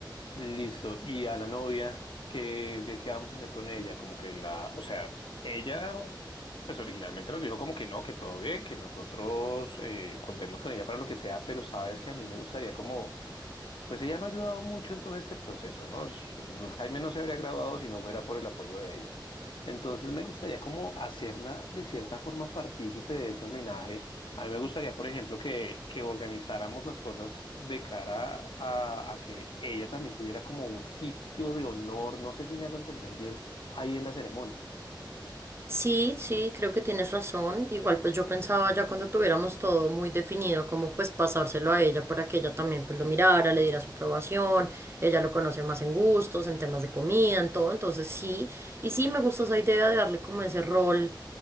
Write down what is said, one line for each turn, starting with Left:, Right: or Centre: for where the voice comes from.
Left: Listo. ¿Y a la novia? ¿Qué, qué, qué vamos a hacer con ella? Como que la, o sea, ella, pues originalmente nos dijo como que no, que todo bien, que nosotros eh, contemos con ella para lo que sea, pero sabes que a mí me gustaría como pues ella lo ha ayudado mucho en todo este proceso, ¿no? Es- Jaime no se habría graduado si no fuera por el apoyo de ella. Entonces me gustaría como hacerla de cierta forma partícipe de ese homenaje. A mí me gustaría, por ejemplo, que, que organizáramos las cosas de cara a, a que ella también tuviera como un sitio de honor, no sé si me hago entender bien, ahí en la ceremonia.
Right: Sí, sí, creo que tienes razón. Igual pues yo pensaba ya cuando tuviéramos todo muy definido, como pues pasárselo a ella para que ella también pues lo mirara, le diera su aprobación, ella lo conoce más en gustos, en temas de comida, en todo, entonces sí, y sí me gusta esa idea de darle como ese rol